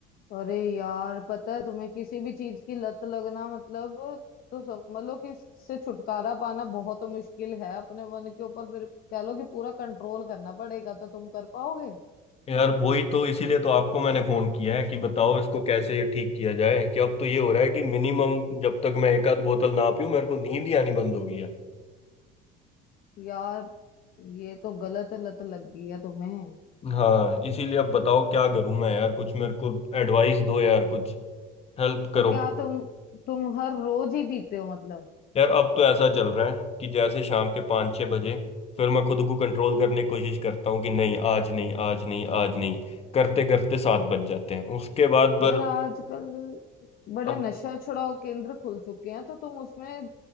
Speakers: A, on the left; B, on the left.
A: अरे यार पता है तुम्हें किसी भी चीज की लत लगना मतलब तो समझ लो कि इससे छुटकारा पाना बहुत मुश्किल है अपने मन के ऊपर फिर कह लो कि पूरा कंट्रोल करना पड़ेगा तो तुम कर पाओगे
B: यार वही तो इसीलिए तो आपको मैंने फोन किया है कि बताओ इसको कैसे ठीक किया जाए कि अब तो ये हो रहा है कि मिनिमम जब तक मैं एक आध बोतल ना पीऊं मेरे को नींद ही आनी बंद हो गई है
A: यार ये तो गलत लत लग गई है तुम्हें
B: हाँ इसीलिए अब बताओ क्या करूं मैं यार कुछ मेरे को एडवाइस दो यार कुछ हेल्प करो
A: तो क्या तुम तुम हर रोज ही पीते हो मतलब
B: यार अब तो ऐसा चल रहा है कि जैसे शाम के पाँच छः बजे फिर मैं खुद को कंट्रोल करने की कोशिश करता हूँ कि नहीं आज नहीं आज नहीं आज नहीं करते करते सात बज जाते हैं उसके बाद
A: यार
B: पर
A: आजकल बड़े
B: अब
A: नशा छुड़ाओ केंद्र खुल चुके हैं तो तुम उसमें